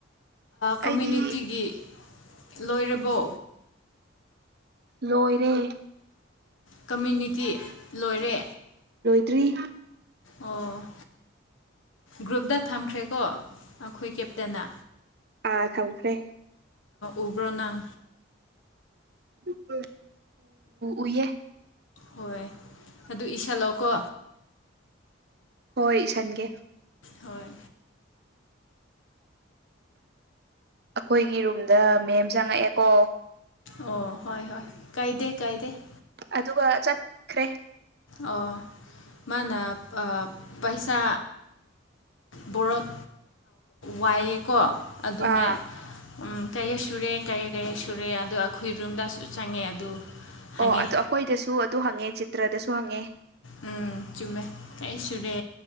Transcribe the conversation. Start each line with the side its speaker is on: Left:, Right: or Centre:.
Left: ꯀꯃ꯭ꯌꯨꯅꯤꯇꯤꯒꯤ
Right: ꯑꯩꯗꯤ
Left: ꯂꯣꯏꯔꯕꯣ
Right: ꯂꯣꯏꯔꯦ
Left: ꯀꯃꯨꯅꯤꯇꯤ ꯂꯣꯏꯔꯦ
Right: ꯇ꯭ꯔꯤ
Left: ꯑꯣ ꯒ꯭ꯔꯨꯞꯇ ꯊꯝꯈ꯭ꯔꯦꯀꯣ ꯑꯩꯈꯣꯏ ꯀꯦꯞꯇꯦꯟꯅ
Right: ꯑꯥ ꯊꯝꯈ꯭ꯔꯦ
Left: ꯎꯕ꯭ꯔ ꯅꯡ
Right: ꯎ ꯎꯏꯌꯦ
Left: ꯍꯣꯏ ꯑꯗꯨ ꯏꯁꯜꯂꯣ ꯀꯣ
Right: ꯍꯣꯏ ꯏꯁꯟꯒꯦ
Left: ꯍꯣꯏ
Right: ꯑꯈꯣꯏꯒꯤ ꯔꯨꯝꯗ ꯃꯦꯝ ꯆꯪꯉꯛꯑꯦꯀꯣ
Left: ꯑꯣ ꯍꯣꯏ ꯍꯣꯏ ꯀꯥꯏꯗꯦ ꯀꯥꯏꯗꯦ ꯫
Right: ꯑꯗꯨꯒ ꯆꯠꯈ꯭ꯔꯦ
Left: ꯑꯣ ꯃꯥꯅ ꯄꯩꯁꯥ ꯕꯣꯔꯣꯛ ꯋꯥꯏꯑꯦꯀꯣ ꯑꯗꯨꯅꯦ
Right: ꯑꯥ
Left: ꯀꯩꯌꯥ ꯁꯨꯔꯦ ꯀꯩꯌꯥ ꯀꯩꯌꯥ ꯁꯨꯔꯦ ꯑꯗꯣ ꯈꯨꯏꯔꯨꯝꯗꯁꯨ ꯆꯪꯉꯦ ꯑꯗꯨ ꯍꯪꯉꯦ
Right: ꯑꯣ ꯑꯗꯨ ꯑꯩꯈꯣꯏꯗꯁꯨ ꯑꯗꯨ ꯍꯪꯉꯦ ꯆꯤꯇ꯭ꯔꯗꯁꯨ ꯍꯪꯉꯦ
Left: ꯎꯝ ꯆꯨꯝꯃꯦ ꯀꯩ ꯁꯨꯔꯦ